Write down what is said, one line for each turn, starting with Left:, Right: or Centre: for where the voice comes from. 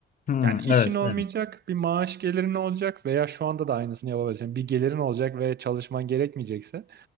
Left: hı,
Right: Yani işin
Left: evet
Right: olmayacak,
Left: yani.
Right: bir maaş gelirin olacak veya şu anda da aynısını yapabilirsin. Bir gelirin olacak ve çalışman gerekmeyecekse